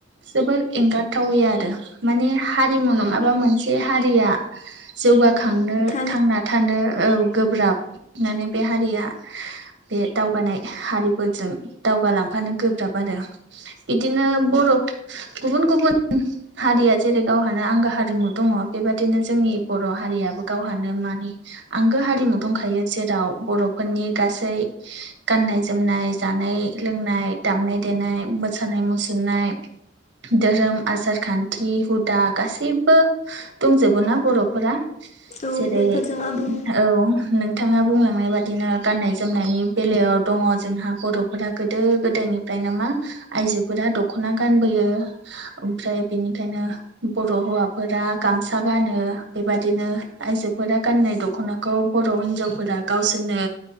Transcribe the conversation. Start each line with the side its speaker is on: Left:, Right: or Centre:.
Right: जोबोद एंगारथावै आरो माने हारिमु नङाबा मोनसे हारिया। जौगाखांनो
Left: थांनानै थानो
Right: थांना थानो औ गोब्राब होननानै बे हारिया बे दावगानाय हारिफोरजों दावगालांफानो गोब्राब आरो बिदिनो बर' गुबुन गुबुन हारिया जेरै गावहानो आंगो हारिमु दङ बेबाददिनो जोंनि बर' हारियाबो गावहानो मानि आंगो हारिमु दंखायो जेराव बर'फोरनि गासै गाननाय जोमनाय जानाय लोंनाय दामनाय देनाय मोसानाय मुसुरनाय। धोरोम आसार खान्थि हुदा गासैबो दंजोबो ना बर'फोरा।
Left: औ
Right: जेरै
Left: बेफोरजों आबुं
Right: औ नों बिथाङा बुंलांनाय बादिनो गाननाय जोमनायनि बेलायाव दङ जोंहा बर'फोरा गोदो गोदायनि। ओमफ्रायनो मा आइजोफोरा दख'ना गानबोयो। ओमफ्राय बिनिखायनो बर' हौवाफोरा गामसा गानो बेबादिनो। आइजोफोरा गाननाय दख'नाखौ बर' हिनजावफोरा गावसोरनो